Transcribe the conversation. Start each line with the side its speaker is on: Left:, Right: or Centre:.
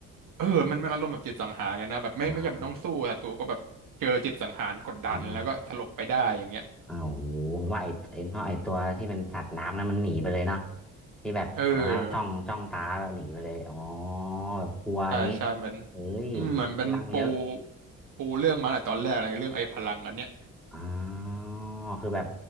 Right: เออมันมันอารมณ์แบบจิตสังหารเลยนะแบบไม่ไม่จำเป็นต้องสู้ศัตรูก็แบบเจอจิตสังหารกดดันแล้วก็สลบไปได้อย่างเงี้ย
Centre: อ่าอ่าอ่าโอ้โหผมว่าไอ้ไอ้เนาะไอ้ตัวที่เป็นสัตว์น้ำนั้นมันหนีไปเลยเนาะที่แบบตัวนั้นจ้องจ้องตาแบบหนีไปเลยอ๋อ
Right: เออ
Centre: แบบกลัวอย่างนี้
Right: ใช่ใช่เหมือน
Centre: เฮ้ยโหูพลังเยอะ
Right: อืมเหมือนเป็นปูปูเรื่องมาตั้งแต่ตอนแรกเลยเรื่องไอ้พลังอันเนี้ย
Centre: อ๋อคือแบบ